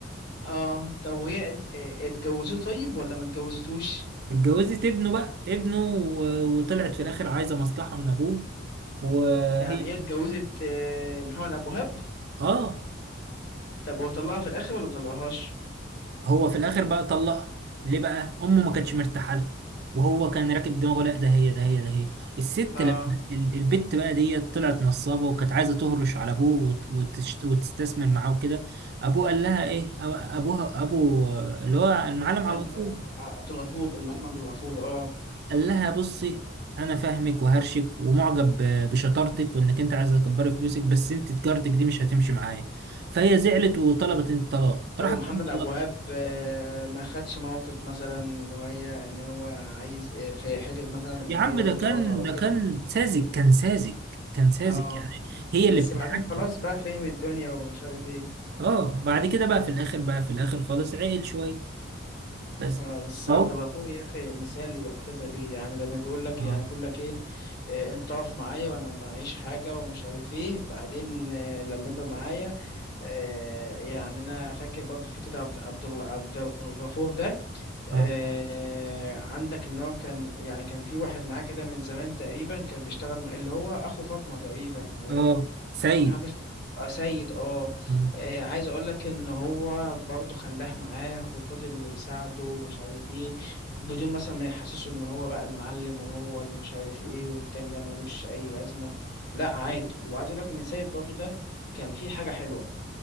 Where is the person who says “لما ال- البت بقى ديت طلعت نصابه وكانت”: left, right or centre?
Right